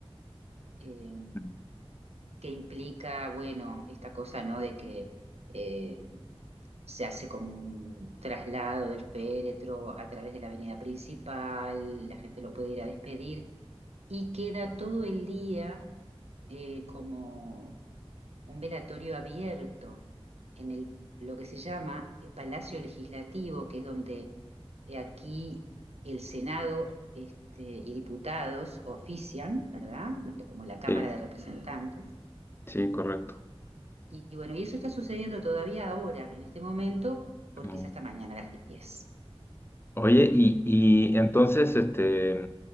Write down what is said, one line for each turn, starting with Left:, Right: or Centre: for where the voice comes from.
Right: eh,
Left: Mm,
Right: que implica, bueno, esta cosa, ¿no? De que... eh, se hace como un traslado del féretro a través de la avenida principal, la gente lo puede ir a despedir y queda todo el día eh, como un velatorio abierto en el, lo que se llama eh, Palacio Legislativo, que es donde eh, aquí el Senado este, y diputados ofician, ¿verdad? Como la Cámara
Left: Sí,
Right: de Representantes.
Left: sí, correcto.
Right: Y, y bueno, y eso está sucediendo todavía ahora, en este momento, porque
Left: Mm.
Right: es hasta mañana a las 10.
Left: Oye, y, y entonces, este,